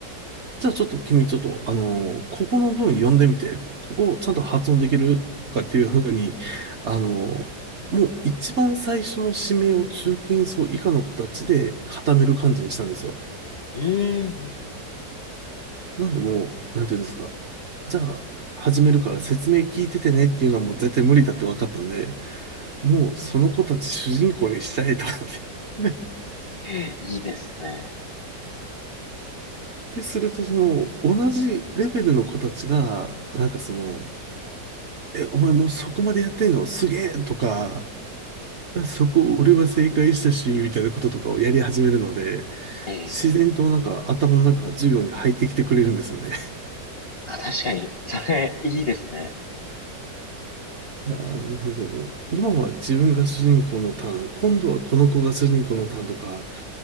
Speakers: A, on the right; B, on the left.
A: じゃあちょっと君ちょっと、あのーここの文読んでみて、ここをちゃんと発音できるとかっていうふうに、あのーもう一番最初の指名を中堅層以下の子たちで固める感じにしたんですよ。
B: うん、うん、うんうん
A: なんでもう、なんていうんですか。じゃあ、始めるから説明聞いててねっていうのはもう絶対無理だって分かったんで、
B: え
A: もうその子たち主人公にしたいと思って。
B: えいいですね。
A: <laughs> で、するとその、同じレベルの子たちが、なんかその、え、お前もうそこまでやってんのすげえとか、あそこ俺は正解したし、みたいなこととかをやり始めるので、
B: ええ
A: 自然となんか頭の中が授業に入ってきてくれるんですよね。
B: あ、確かに、それ、いいですね。
A: いやーなのでもう今は自分が主人公のターン、今度はこの子が主人公のターンとか、